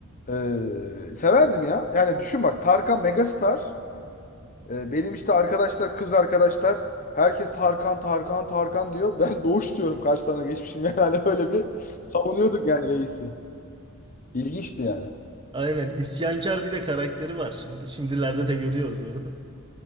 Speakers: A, on the left; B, on the right.
A: e, severdim ya. Yani düşün bak Tarkan megastar. E, benim işte arkadaşlar, kız arkadaşlar herkes Tarkan, Tarkan, Tarkan diyor. <laughs> Ben doğuş diyorum karşılarına geçmişim. Yani <laughs> öyle bir savunuyorduk yani reisi. İlginçti yani.
B: Aynen isyankar bir de karakteri var şimdi. Şimdilerde de görüyoruz onu.